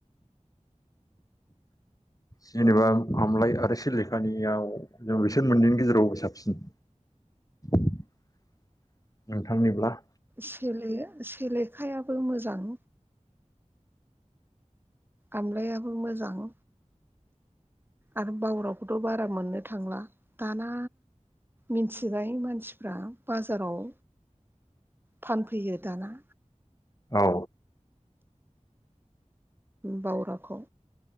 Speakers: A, on the left (about 30°); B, on the right (about 15°).
A: जेनेबा आमलाय आरो सिलेखानियाव जों बिसोर मोननैनि गेजेरावबो साबसिन? <inaudible> नोंथांनिब्ला
B: सेले-सेलेखायाबो मोजां। आमलायाबो मोजां। आरो बावरावखौथ' बारा मोननो थांला दाना मिथिबाय मानसिफ्रा बाजाराव फानफैयो दाना
A: औ।
B: बावराखौ